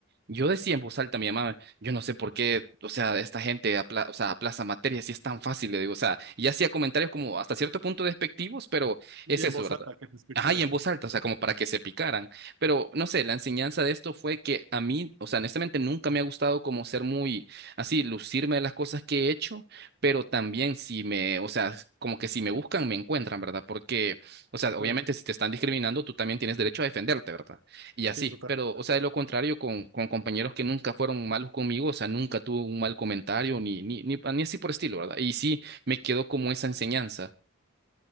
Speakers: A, on the right (about 50°); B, on the right (about 70°).
A: Yo decía en voz alta a mi mamá, yo no sé por qué, o sea, esta gente apla- o sea, aplaza materias si es tan fácil, le digo, o sea, y hacía comentarios como hasta cierto punto despectivos, pero
B: Y
A: es
B: en
A: eso,
B: voz
A: ¿verdad?
B: alta, que te escucharon.
A: Ajá, y en voz alta, o sea, como para que se picaran. Pero no sé, la enseñanza de esto fue que a mí, o sea, honestamente nunca me ha gustado como ser muy así, lucirme de las cosas que he hecho, pero también si me, o sea, como que si me buscan, me encuentran, ¿verdad? Porque, o sea,
B: Claro,
A: obviamente si te están discriminando, tú también tienes derecho a defenderte, ¿verdad? Y así,
B: sí, totalmente
A: pero, o
B: de acuerdo.
A: sea, de lo contrario, con, con compañeros que nunca fueron malos conmigo, o sea, nunca tuve un mal comentario, ni, ni, ni, ni así por estilo, ¿verdad? Y sí, me quedó como esa enseñanza.